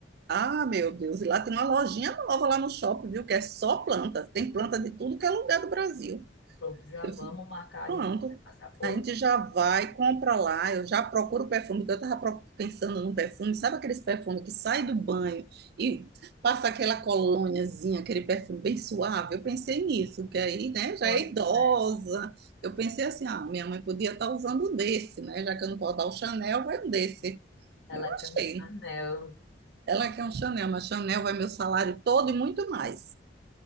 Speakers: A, on the right; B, on the left.
A: Ah, meu Deus, e lá tem uma lojinha nova lá no shopping, viu? Que é só planta. Tem planta de tudo que é lugar do Brasil.
B: Pronto, já
A: Eu
B: vamos
A: fico,
B: marcar,
A: pronto.
B: a gente vai passar por
A: A gente já vai, compra lá. Eu já procuro o perfume, porque eu estava pensando num perfume. Sabe aqueles perfumes que sai do banho e passa aquela colôniazinha, aquele perfume bem suave? Eu pensei nisso, que aí, né, já
B: Boris
A: é idosa.
B: Flash.
A: Eu pensei assim, ah, minha mãe podia estar usando um desse, né? Já que eu não posso dar o Chanel, vai um desse.
B: Ela
A: Eu
B: quer
A: achei.
B: um Chanel.
A: Ela quer um Chanel, mas Chanel vai meu salário todo e muito mais.